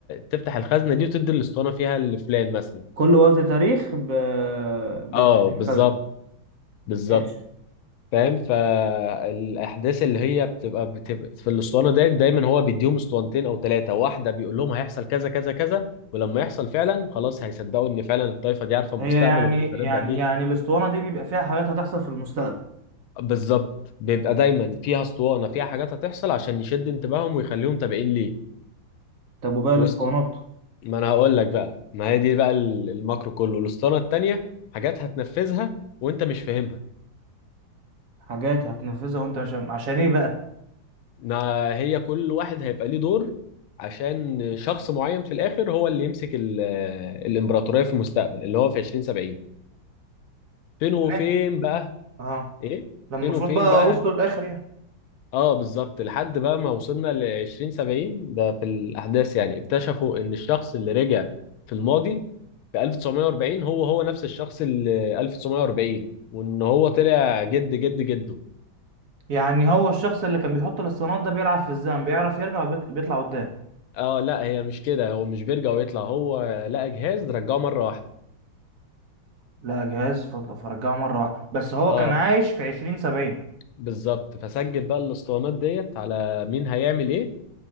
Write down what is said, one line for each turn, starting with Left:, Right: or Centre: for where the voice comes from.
Left: تفتح الخزنه دي وتدي الاسطوانه فيها لفلان مثلا
Right: كل وقت تاريخ ب... بيتخذ
Left: اه بالظبط بالظبط
Right: ماشي
Left: فاهم فالاحداث اللي هي بتبقى, بتبقى في الاسطوانه ديت دايما هو بيديهم اسطوانتين او ثلاثه واحده بيقول لهم هيحصل كذا كذا كذا ولما يحصل فعلا خلاص هيصدقوا ان فعلا الطائفه دي عارفه المستقبل
Right: هي يعني
Left: وبتتنبأ
Right: يعني
Left: بيه
Right: يعني الاسطوانه دي بيبقى فيها حاجات هتحصل في المستقبل
Left: بالظبط بيبقى دايما فيها اسطوانه فيها حاجات هتحصل عشان يشد انتباههم ويخليهم تابعين ليه
Right: طب وباقي
Left: وست...
Right: الاسطوانات
Left: ما انا هقول لك بقى ما هي دي بقى ال- الماكرو كله الاسطوانه التانيه حاجات هتنفذها وانت مش فاهمها
Right: حاجات هتنفذها وانت مش عشان ايه بقى
Left: ما هي كل واحد هيبقى ليه دور عشان شخص معين في الاخر هو اللي يمسك ال- الامبراطوريه في المستقبل اللي هو في 2070 فين وفين
Right: تمام
Left: بقى
Right: اه
Left: ايه
Right: لما
Left: فين
Right: المفروض
Left: وفين
Right: بقى
Left: بقى
Right: وصلوا للاخر يعني
Left: اه بالظبط لحد بقى ما وصلنا ل 2070 ده في الاحداث يعني اكتشفوا ان الشخص اللي رجع في الماضي في 1940 هو هو نفس الشخص اللي 1940 وان هو طلع جد جد جده
Right: يعني هو الشخص اللي كان بيحط الاسطوانات ده بيلعب في الزمن بيعرف يرجع وبيط- بيطلع قدام
Left: اه لا هي مش كده هو مش بيرجع ويطلع هو لقى جهاز رجعه مره واحده
Right: لا جهاز ف- فرجعه مرة واحدة بس هو
Left: اه
Right: كان عايش في عشرين سبعين
Left: بالظبط فسجل بقى الاسطوانات ديت على مين هيعمل ايه